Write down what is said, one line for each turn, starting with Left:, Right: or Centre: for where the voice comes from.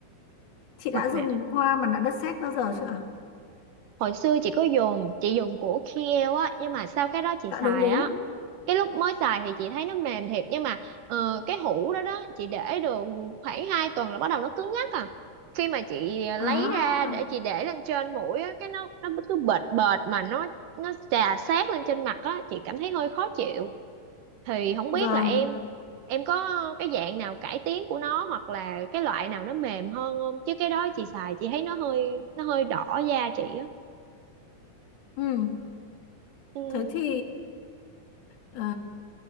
Left: chị đã
Right: mặt
Left: dùng
Right: nạ
Left: qua mặt nạ đất sét bao giờ chưa ạ?
Right: hồi xưa chị có dùng chị dùng của Kiehl á nhưng mà sau cái đó chị
Left: dạ
Right: xài
Left: đúng đúng
Right: á cái lúc mới xài thì chị thấy nó mềm thiệt nhưng mà ờ, cái hũ đó đó chị để được khoảng 2 tuần là bắt đầu nó cứng ngắc à khi mà chị lấy
Left: à
Right: ra để chị để lên trên mũi á cái nó nó cứ bệt bệt mà nó nó chà sát lên trên mặt á chị cảm thấy hơi khó chịu thì không
Left: vâng
Right: biết là em em có cái dạng nào cải tiến của nó hoặc là cái loại nào nó mềm hơn không chứ cái đó chị xài chị thấy nó hơi nó hơi đỏ da chị á
Left: ừ.
Right: Ừ.
Left: thế thì ờ,